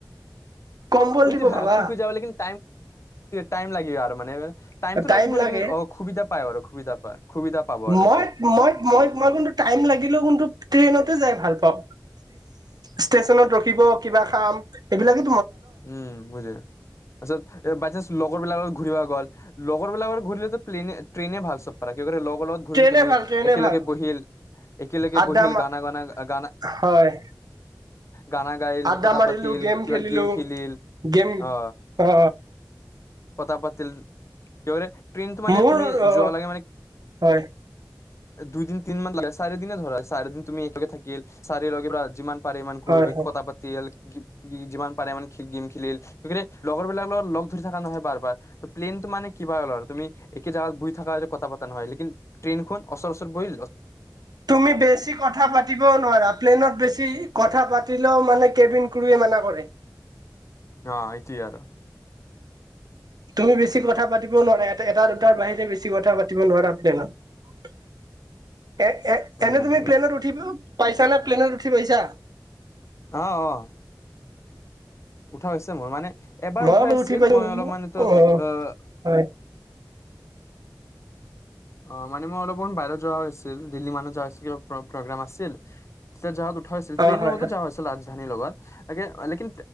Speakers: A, on the right; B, on the left.
A: কম্বল
B: উইটো
A: দিব
B: হয়,
A: ভাবা
B: শুই শুই যাব লাগে কিন্তু তাইম লাগে আৰু মানে। টাইমতটো
A: টাইম
B: লাগিব
A: লাগে
B: লেকিন অ সুবিধা পায় আৰু, সুবিধা পায়। সুবিধা পাব আৰু
A: মই
B: এতিয়া।
A: মই মই মই কোনটো টাইম লাগিলেও কিন্তু ট্ৰেইনত টে যাই ভাল পাওঁ। ষ্টেচনত ৰখিব কিবা খাম, এইবিলাকে
B: উম বুজিলোঁ। তাৰপিছত বাইচান্স লগৰ বিলাক লগত ঘূৰিব গল। লগৰবিলাকৰ লগত ঘূৰিলে তো প্লেইনে, ট্ৰেইনে ভাল চব পৰা। একেবাৰে ল গৰ লগত ঘূৰিল
A: ট্ৰেইনে
B: তুমি,
A: ভাল ট্ৰেইনে
B: একেলগে
A: ভাল
B: বহিল, একেলগে
A: আড্ডা
B: বহিল গানা গানা, গানা
A: হয়
B: গানা গাইল
A: আড্ডা
B: কথা
A: মাৰিলোঁ,
B: পাতিল
A: গেম
B: কিবা
A: খেলিলোঁ,
B: খেলিল
A: গেম,
B: অ
A: অ।
B: কথা পাতিল। কি বোলে ট্ৰেইনটো মানে
A: মোৰ
B: তুমি,
A: অ
B: যোৱা লাগে মানে
A: হয়
B: দুইদিন তিনদিনমান লগে, চাৰিদিনে ধৰা। চাৰিদিন তুমি একে থাকিল চাৰি লগে পৰা, যিমান পাৰে ইমানকৈ
A: হয় হয়
B: কথা পাতি, যিমান পাৰে মানে গেম খেলিল। মানে কি লগৰ বিলাক লগত লগ ধৰি থকা নহয় বাৰ বাৰ, প্লেনটো মানে কিবা হ'ল আৰু। তুমি কি যাৱাত শুই থাকা কথা পতা নহয়। লকিন ট্ৰেইনখন অচৰচৰ বহি
A: তুমি বেছি কথা পাতিবও নোৱাৰা। প্লেনত বেছি কথা পাতিলেও মানে কেবিন ক্ৰুৱে মানা কৰে।
B: অ এতিয়া আৰু
A: তুমি বেছি কথা পাতিব‌ও নোৱাৰা, এ এটা দুটাৰ বাহিৰে বেছি কথা পাতিব নোৱাৰা প্লেনত।
B: <inaudible>
A: এ- এ-
B: উম
A: এনে তুমি প্লেনত উঠি ব- পাইছা নে, প্লেনত উঠি পাইছা?
B: আহ আহ। উঠা হৈছে মোৰ মানে এবাৰ
A: মই
B: উঠাই
A: বাৰু
B: আছিল
A: উঠি পাইছো
B: মই অলপমানটো
A: অ
B: আহ <unintelligible>
A: হয়
B: অ মানে মই অলপমান বাহিৰত যোৱা হৈছিল দিল্লী মানুত যোৱা হৈছিল কিবা প্ৰগ্ৰেম আছিল তে যোৱাত উঠা হৈছিল
A: অ
B: ট্ৰেইনৰ
A: হয়
B: লগতো
A: হয়
B: যোৱা হৈছিল ৰাজধানীৰ লগত আঁ লেকিন